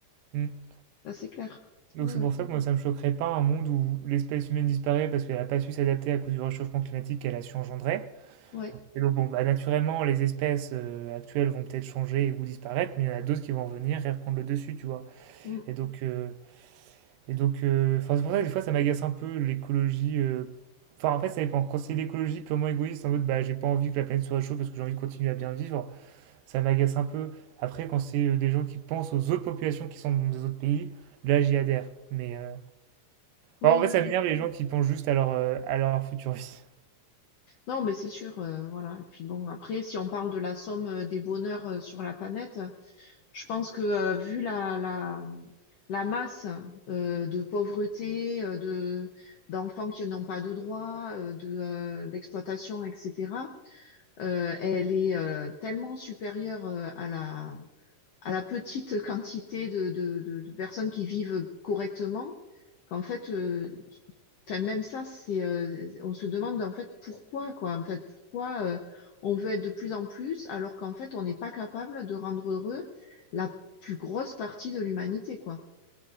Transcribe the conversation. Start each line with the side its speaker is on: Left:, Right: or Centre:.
Right: Mmh.
Left: ça c'est clair.
Right: Donc
Left: Ouais,
Right: c'est
Left: ouais.
Right: pour ça que moi ça me choquerait pas un monde où l'espèce humaine disparaît parce qu'elle a pas su s'adapter à cause du réchauffement climatique qu'elle a su engendrer.
Left: Ouais.
Right: Et donc, bon, bah, naturellement, les espèces euh, actuelles vont peut-être changer ou disparaître, mais il y en a d'autres qui vont venir et reprendre le dessus, tu vois.
Left: Mm.
Right: Et donc, euh, et donc euh, enfin, c'est pour ça que des fois, ça m'agace un peu l'écologie. euh, Enfin, en fait, ça dépend. Quand c'est l'écologie purement égoïste, en mode, bah, j'ai pas envie que la planète se réchauffe parce que j'ai envie de continuer à bien vivre, ça m'agace un peu. Après, quand c'est euh, des gens qui pensent aux autres populations qui sont dans des autres pays, là, j'y adhère. Mais euh,
Left: Oui,
Right: enfin, en fait,
Left: oui,
Right: ça
Left: oui.
Right: m'énerve les gens qui pensent juste à leur, euh, à leur future vie.
Left: Non, mais c'est sûr, euh, voilà. Et puis bon, après, si on parle de la somme euh, des bonheurs euh, sur la planète, euh, je pense que euh, vu la, la, la masse euh, de pauvreté, euh, de, d'enfants qui n'ont pas de droits, euh, de, euh, d'exploitation, etc., euh, elle est euh, tellement supérieure euh, à la, à la petite quantité de, de, de, de personnes qui vivent correctement qu'en fait, euh, Enfin, même ça, c'est, euh, on se demande en fait pourquoi, quoi. En fait, pourquoi euh, on veut être de plus en plus alors qu'en fait, on n'est pas capable de rendre heureux la plus grosse partie de l'humanité, quoi.